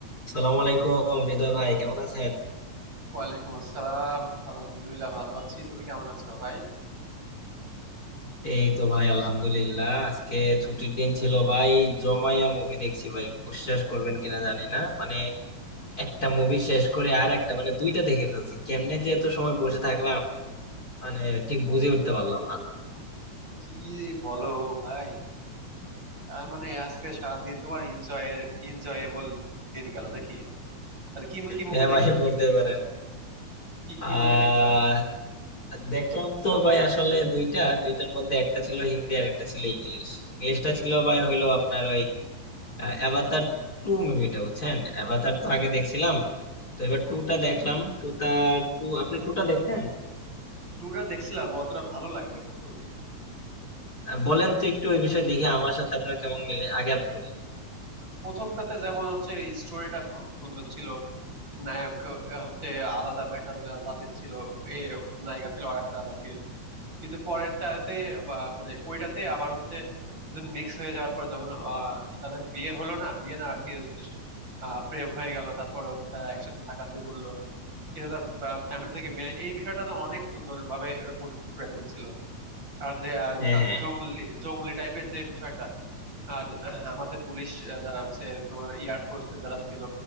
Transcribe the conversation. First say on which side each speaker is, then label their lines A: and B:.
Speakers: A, on the left; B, on the right.
A: আসসালামু আলাইকুম হৃদয় ভাই কেমন আছেন
B: ওয়ালাইকুম আসসালাম আলহামদুলিল্লাহ ভালো আছি তুমি কেমন আছো ভাই
A: এই তো ভাই আলহামদুলিল্লাহ আজকে ছুটির দিন ছিল ভাই জমাইয়া মুভি দেখছি ভাই বিশ্বাস করবেন কিনা জানি না মানে একটা মুভি শেষ করে আর একটা মানে দুইটা দেখে ফেলছি কেমনে যে এত সময় বসে থাকলাম মানে ঠিক বুঝে উঠতে পারলাম না
B: কি বলো ভাই তার মানে আজকে সারাদিন তোমার এনজয়ের এনজয়েবল দিন গেল নাকি তাহলে কি কি মুভি
A: হ্যাঁ
B: দেখলা
A: ভাই বলতে পারেন
B: কি কি
A: আহ
B: মুভি দেখলা
A: দেখলাম তো ভাই আসলে দুইটা দুইটার মধ্যে একটা ছিল হিন্দি আর একটা ছিল ইংলিশ ইংলিশটা ছিল ভাই হইলো আপনার অ্যাভাতার টু মুভিটা বুঝছেন অ্যাভাতার তো আগে দেখছিলাম তো এবার
B: হম
A: টুটা দেখলাম টুটা টু আপনি টুটা দেখেন
B: টুটা দেখছিলাম অতটা ভালো লাগলো না টু
A: আহ, বলেন তো একটু ওই বিষয়ে দেখি আমার সাথে আপনার কেমন মিলে আগে আপনি বলেন
B: প্রথমটাতে যেমন হচ্ছে স্টোরিটা খুব সুন্দর ছিল নায়ক আহ, হচ্ছে আলাদা একটা জাতির ছিল এ নায়িকা ছিল আর একটা জাতির কিন্তু পরেরটাতে বা মানে ওইটাতে আবার হচ্ছে দুজন মিক্স হয়ে যাওয়ার পর যখন আহ, তাদের বিয়ে হলো না বিয়ে না আর কি আহ, প্রেম হয়ে গেল তারপরে হচ্ছে তারা একসাথে থাকা শুরু করলো কিন্তু তার ফ্যামিলি থেকে মেনে এই বিষয়টা না অনেক সুন্দর ভাবে ওরা ফুটে তুলছিল আর যে আহ,
A: হ্যাঁ
B: জংলি জংলি টাইপের যে বিষয়টা আর <clears throat> আমাদের পুলিশ আহ, যারা হচ্ছে তোমার এয়ারফোর্স এ যারা ছিল